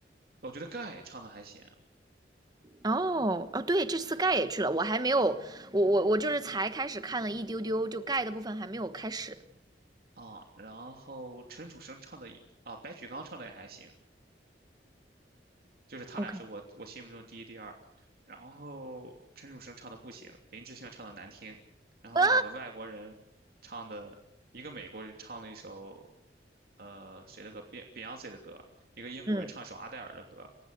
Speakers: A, on the right (about 55°); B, on the right (about 20°).
A: 我觉得盖唱的还行，
B: 哦哦，对，这次盖也去了，我还没有，我我我就是才开始看了一丢丢，就盖的部分还没有开始。
A: 啊，然后陈楚生唱的也啊，白举纲唱的也还行，就是他俩是我我心目中第一、
B: OK，
A: 第二。然后陈楚生唱的不行，林志炫唱的难听，然后那两个外国人唱的，
B: 啊
A: 一个美国人唱了一首呃谁的歌，Be-，Beyonce 的歌，一个英国人唱一首阿黛尔的歌，
B: 嗯，